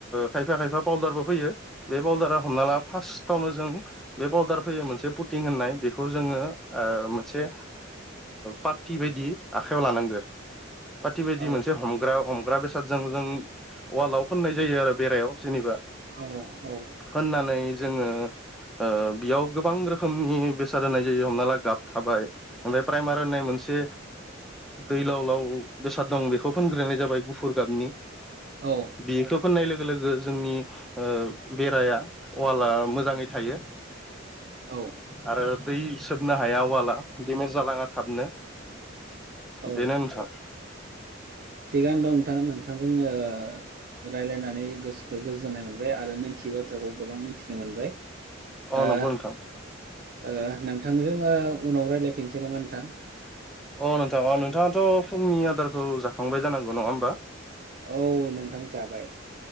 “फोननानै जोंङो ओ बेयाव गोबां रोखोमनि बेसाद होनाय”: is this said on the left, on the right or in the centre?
Centre